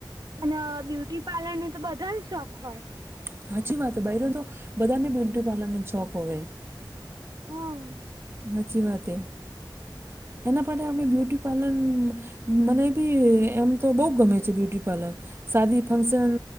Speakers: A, on the right; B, on the right.
A: અને બ્યુટી પાર્લરનો તો બધાને શોખ હોય
B: સાચી વાત બાઈરો તો બધાને બ્યુટી પાર્લર નો શોક હોવે
A: હા
B: સાચી વાત એ એના માટે આપણે બ્યુટી પાર્લર મને બી એમ તો બહુ ગમે છે બ્યુટી પાર્લર સાદી ફંક્શન